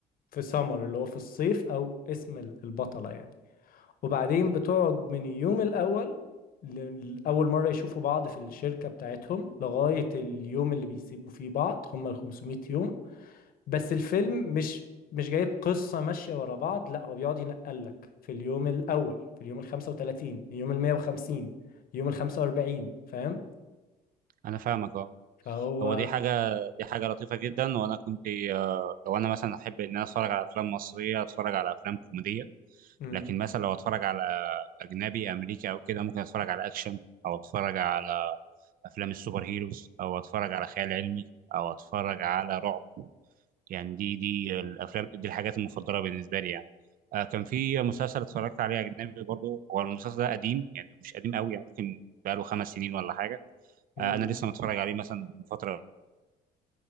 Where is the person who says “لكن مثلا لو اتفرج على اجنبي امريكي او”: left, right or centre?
Right